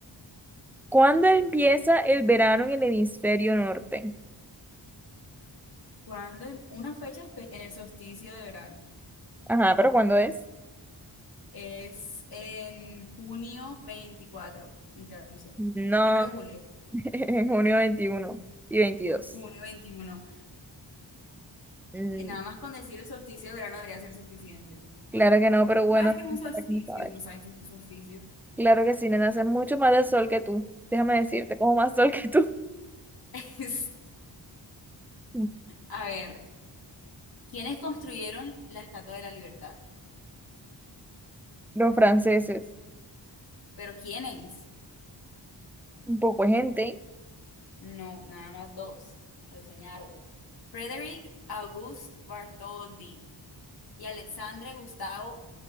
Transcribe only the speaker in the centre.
¿Cuándo empieza el verano en el hemisferio norte?
Ajá, pero ¿cuándo es?
No,
<laughs> en junio 21 y 22.
Mm,
claro que no, pero bueno,
para que no saber.
Claro que sí, nena, hace mucho más de sol que tú. Déjame decirte, como más sol que tú.
<laughs>
Los franceses,
un poco de gente,